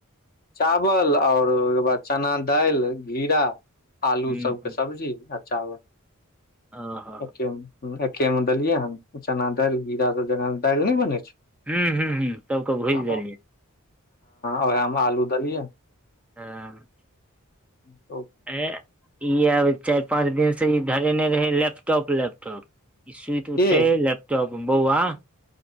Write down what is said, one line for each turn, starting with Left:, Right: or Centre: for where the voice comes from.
Left: चावल और ओहि के बाद चना दालि घिरा आलू
Centre: हुँ
Left: सबके
Centre: हुँ
Left: सब्जी आ चावल
Centre: ओ हँ
Left: एके में देलियैहन चना दालि गेउरा सब जेना दालि ने बने छै
Centre: हुँ हुँ हुँ सबके भुजि
Left: हं
Centre: देलियै
Left: उहे में आलू देलीये
Centre: ह
Left: ह
Centre: ए ई आब चारि पाँच दिन से ई धरेने रहे लैपटॉप लैपटॉप ई सुति उठे
Left: के
Centre: लैपटॉप बौआ